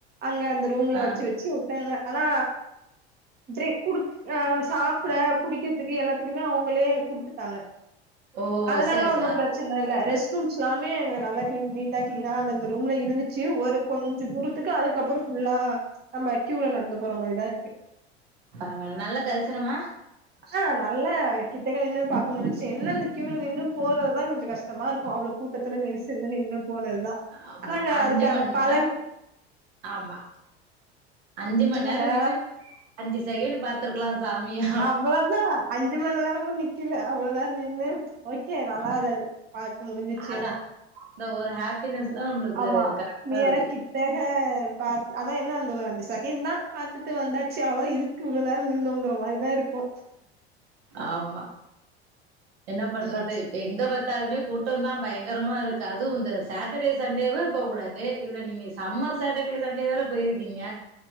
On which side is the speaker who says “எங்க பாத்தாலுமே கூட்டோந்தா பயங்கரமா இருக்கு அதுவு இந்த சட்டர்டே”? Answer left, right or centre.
Right